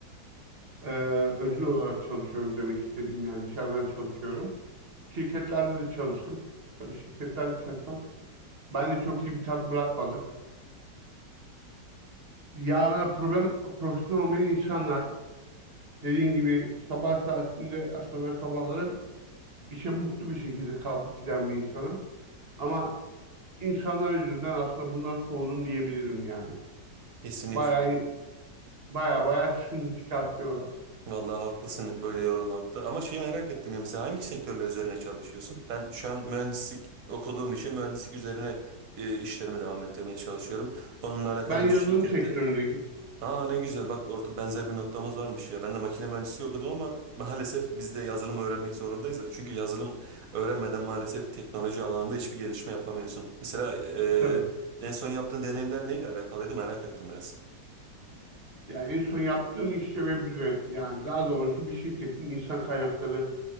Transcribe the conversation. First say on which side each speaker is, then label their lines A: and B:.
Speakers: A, on the right; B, on the right.
A: E, özgür olarak çalışıyorum demek istediğim yani dışarıdan çalışıyorum. Şirketlerde de çalıştım. Tabii şirketlerde çalışmak bende çok iyi bir tat bırakmadı. Ya problem profesyonel olmayan insanlar dediğin gibi sabah saatinde aslında ben sabahları işe mutlu bir şekilde kalkıp giden bir insanım. Ama insanlar yüzünden aslında bundan soğudum diyebilirim yani.
B: Kesinlikle.
A: Bayağı bayağı bayağı sıkıntı çıkartıyorlar.
B: Vallahi haklısın böyle yorulmakta. Ama şeyi merak ettim ya mesela hangi sektörler üzerine çalışıyorsun? Ben şu an mühendislik okuduğum için mühendislik üzerine e, işlerimi devam ettirmeye çalışıyorum. Onunla alakalı
A: Ben yazılım
B: bir şirkette.
A: sektöründeyim.
B: Aa ne güzel bak orada benzer bir noktamız varmış ya. Ben de makine mühendisliği okudum ama maalesef biz de yazılım öğrenmek zorundayız. Çünkü yazılım öğrenmeden maalesef teknoloji alanında hiçbir gelişme yapamıyorsun. Mesela e,
A: E, tabii.
B: en son yaptığın deneyimler neyle alakalıydı merak ettim biraz.
A: Yani en son yaptığım iş de web üzerine. Yani daha doğrusu bir şirketin insan kaynakları